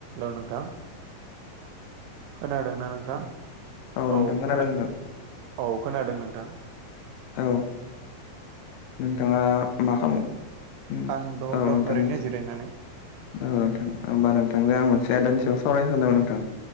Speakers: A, on the right; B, on the left.
A: औ नोंथां खोनादोंना नोंथां
B: नोंथां
A: औ
B: खोनादों
A: खोना
B: नोंथां
A: औ खोनादों नोंथां
B: औ। नोंथाङा मा खामो उम
A: आं द'
B: औ
A: दं
B: नोंथांनिसो।
A: ओरैनो जिरायनानै
B: औ नोंथां होमबा नोंथांजों आं मोनसे आयदानि सायाव सावरायनो सानदोंमोन नोंथां।